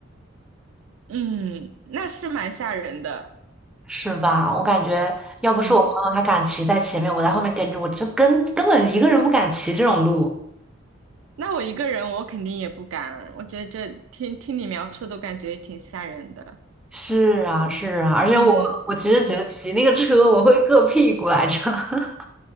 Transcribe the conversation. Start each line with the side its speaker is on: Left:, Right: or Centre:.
Right: 嗯，那是蛮吓人的，
Centre: 是吧？我感觉要不是我朋友他敢骑在前面，
Right: 嗯，
Centre: 我在后面跟着，我这根根本一个人不敢骑这种路。
Right: 那我一个人我肯定也不敢，我觉得这听听你描述都感觉挺吓人的，
Centre: 是啊，是啊，而且我我其实觉得骑那个车我会硌屁股来着。
Right: 嗯嗯
Centre: <laughs>